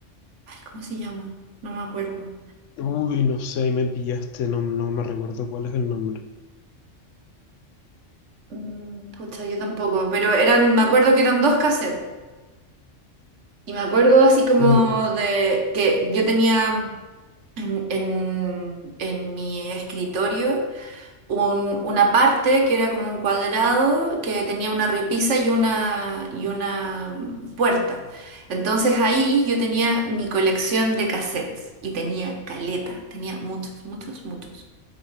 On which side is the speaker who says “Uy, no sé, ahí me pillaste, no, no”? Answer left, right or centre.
Left